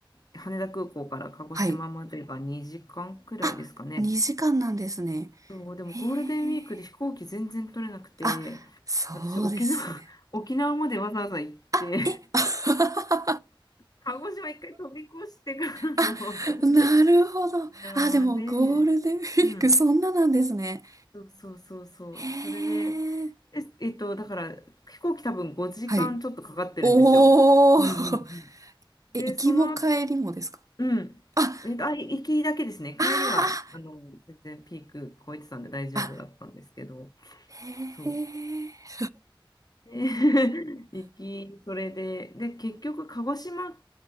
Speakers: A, on the left; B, on the right.
A: 羽田空港から鹿児島までが2時間くらいですかね。
B: はい。あ、2時間なんですね。
A: そう、でもゴールデンウィークで飛行機全然取れなくて、
B: へえ。あ、そうですね。
A: 私、沖縄、<laughs> 沖縄までわざわざ行って、
B: あ、え、<laughs>
A: 鹿児島一回飛び越してからの
B: あ、
A: <laughs> 沖
B: なるほど。
A: 縄で、
B: あ、でもゴールデンウィーク、
A: うん、
B: そんななんですね。
A: そうそうそうそう、
B: へ
A: それで、
B: え。
A: え、えっと、だから飛行機多分5時間ちょっとかかってるんですよ。
B: はい。おー。
A: うんうんうん。
B: え、
A: で、
B: 行きも帰りもですか
A: その、うん、
B: あ、
A: えっと、あ、行きだけですね、帰りはあの全然ピーク超えてたんで大丈夫だったんですけど、
B: あーあ、へえ。
A: そう。で <laughs> 行き、それで、で、結局鹿児島、